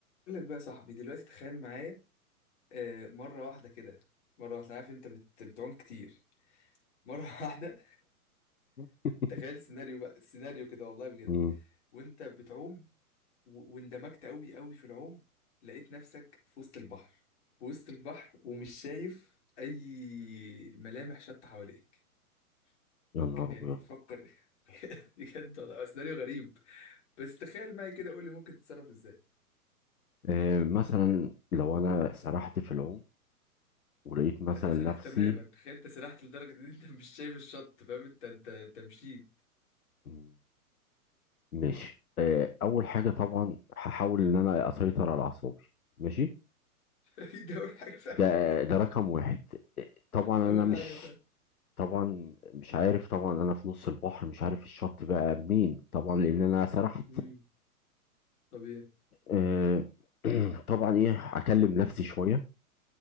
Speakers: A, on the left; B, on the left.
A: اقول لك بقى يا صاحبي دلوقتي تخيل معايا آه، مرة واحدة كده مرة واحدة عارف انت بت... بتعوم كتير مرة <laughs> واحدة
B: <laughs>
A: تخيل سيناريو بقى سيناريو كده والله بجد
B: مم.
A: وانت بتعوم و... واندمجت قوي قوي في العوم لقيت نفسك في وسط البحر في وسط البحر ومش شايف اي ملامح شط حواليك ممكن
B: يا نهار
A: يعني
B: ابيض
A: فكر <laughs> بجد والله هو سيناريو غريب بس تخيل معايا كده قول لي ممكن تتصرف ازاي
B: آه، مثلا لو انا سرحت في العوم ولقيت مثلا
A: انت سرحت
B: نفسي
A: تماما تخيل انت سرحت لدرجه ان انت مش شايف الشط فاهم انت انت انت مشيت
B: مم، ماشي آه، اول حاجه طبعا هحاول ان انا اسيطر على اعصابي ماشي
A: <laughs> ده اول حاجه فاهم
B: ده ده رقم واحد آه، طبعا
A: اول
B: انا مش
A: حاجه فاهم
B: طبعا مش عارف طبعا انا في نص البحر مش عارف الشط بقى منين طبعا لان انا سرحت
A: امم طبيعي
B: آه، <clears throat> طبعا ايه هكلم نفسي شويه